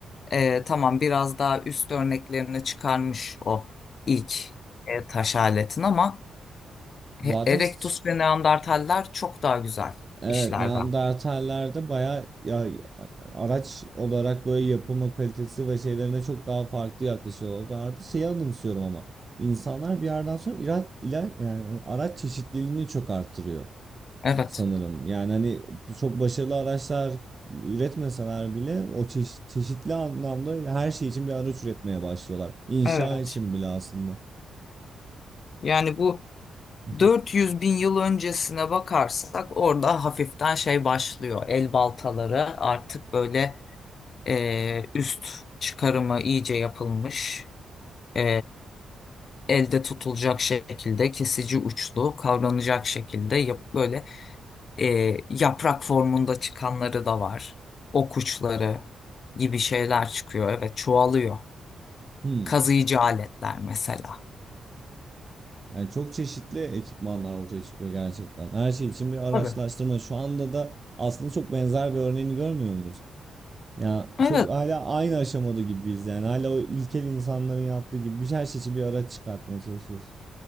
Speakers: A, on the left; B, on the right.
A: e, tamam biraz daha üst örneklerini çıkarmış o ilk e, taş aletin ama He-
B: Zaten
A: Erectus
B: s-
A: ve Neandertaller çok daha güzel
B: evet
A: işler
B: Neandertallerde
A: var.
B: bayağı ya, ya- araç olarak böyle yapılma kalitesi ve şeylerine çok daha farklı yaklaşıyorlardı. Şeyi anımsıyorum ama insanlar bir yerden sonra ira- ila- yani araç çeşitliliğini çok arttırıyor.
A: Evet.
B: sanırım. Yani hani çok başarılı araçlar üretmeseler bile o çeşi- çeşitli anlamda her şey için bir araç üretmeye başlıyorlar. İnşa
A: Evet.
B: için bile aslında.
A: Yani bu
B: <laughs>
A: 400 bin yıl öncesine bakarsak orada hafiften şey başlıyor. El baltaları artık böyle e, üst çıkarımı iyice yapılmış. e, elde tutulacak şekilde kesici uçlu kavranacak şekilde yap, böyle e, yaprak formunda çıkanları da var. Ok uçları gibi şeyler çıkıyor. Evet çoğalıyor.
B: Hmm.
A: Kazıyıcı aletler mesela.
B: Yani çok çeşitli ekipmanlar ortaya çıkıyor gerçekten. Her şey için bir araçlaştırma.
A: Tabii.
B: Şu anda da aslında çok benzer bir örneğini görmüyor muyuz? Ya
A: Evet.
B: çok hala aynı aşamada gibiyiz yani. Hala o ilkel insanların yaptığı gibi bir her şey için bir araç çıkartmaya çalışıyoruz.